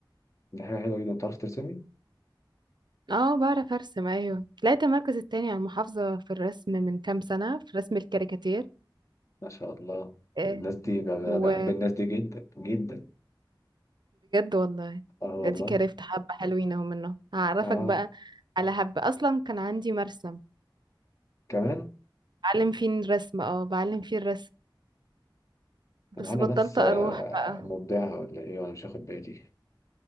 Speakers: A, on the left; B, on the right.
A: دي حاجة حلوة جدا بتعرف ترسمي
B: اه بعرف ارسم ايوه طلعت المركز التاني على المحافظة في الرسم من كام سنة في رسم الكاريكاتير
A: ما شاء الله
B: آه،
A: الناس دي ب- ب-
B: وبجد
A: بحب الناس دي جدا جدا
B: والله
A: اه والله
B: دي كرفت حبة حلوين اهو منه هعرفك
A: اه
B: بقى على حبة اصلا كان عندي مرسم
A: كمان
B: بعلم فيه الرسم اه بعلم فيه الرسم
A: ده
B: بس
A: معانا
B: بطلت
A: ناس آه،
B: اروح بقى
A: مبدعة ولا ايه وانا مش واخد بالي